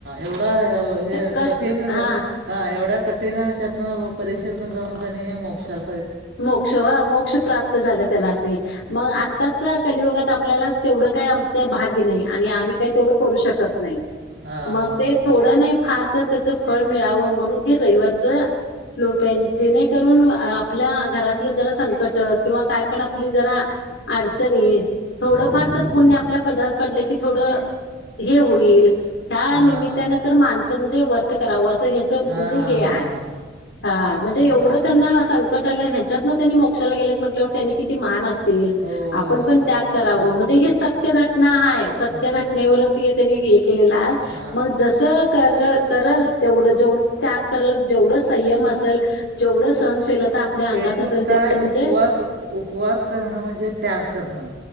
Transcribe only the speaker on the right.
एवढा हे
कठीण
हा एवढ्या कठीणच्यातनं परी क्षेतनं ‌ जाऊन त्यांनी मोक्षाला
हा
हा
हा
हम्म.
हा
हा
हा
हा हा हा
हा
होय
होय
होय
असणार
की
हा
हा
हा
एकूण
काय
उपवास -उपवास करणं म्हणजे त्याग करणं.